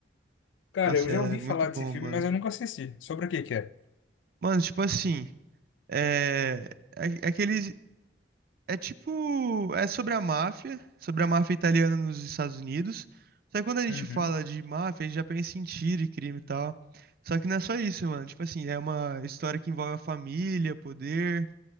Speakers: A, on the left; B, on the right.
A: Cara,
B: Nossa,
A: eu já
B: é
A: ouvi
B: muito
A: falar
B: bom,
A: desse filme,
B: mano.
A: mas eu nunca assisti. Sobre o que que é?
B: Mano, tipo assim, é, é, é que eles- é tipo, é sobre a máfia, sobre a máfia italiana nos Estados Unidos. Só que quando a gente
A: Uhum,
B: fala de máfia, a gente já pensa em tiro e crime e tal. Só que não é só isso, mano. Tipo assim, é uma história que envolve a família, poder,